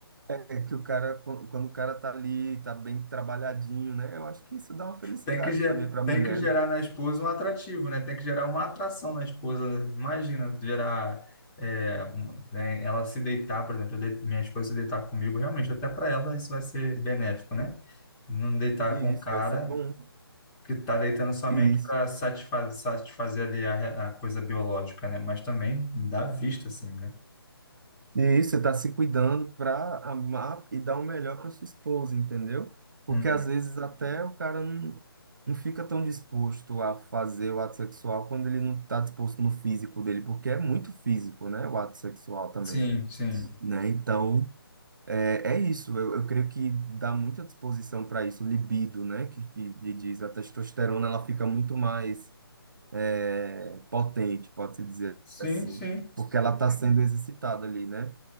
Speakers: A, on the right; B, on the left.
A: é, que o cara, quan- quando o cara tá ali, tá bem trabalhadinho, né? Eu acho que isso dá uma felicidade
B: Tem que, ge-
A: também pra
B: tem
A: mulher,
B: que gerar
A: né?
B: na esposa um atrativo, né? Tem que gerar uma atração na esposa. né? Imagina, gerar. é, um- né? Ela se deitar, por exemplo, eu dei- minha esposa se deitar comigo, realmente, até para ela isso vai ser benéfico, né? Não deitar
A: E
B: com o
A: isso
B: cara.
A: vai ser bom.
B: que está deitando somente
A: E isso
B: para satisfazer, satisfazer ali a, re- a coisa biológica, né? Mas também dá vista, assim, né?
A: E isso, você tá se cuidando para amar e dar o melhor para sua esposa, entendeu? Porque
B: Uhum.
A: às vezes até o cara não, não fica tão disposto a fazer o ato sexual quando ele não tá disposto no físico dele, porque é muito físico, né? O ato sexual também,
B: Sim, sim.
A: né? Então, é, é isso. Eu, eu creio que dá muita disposição para isso, libido, né? Que, que lhe diz, a testosterona, ela fica muito mais é, potente, pode-se dizer
B: Sim,
A: assim,
B: sim.
A: porque ela está sendo exercitada ali, né?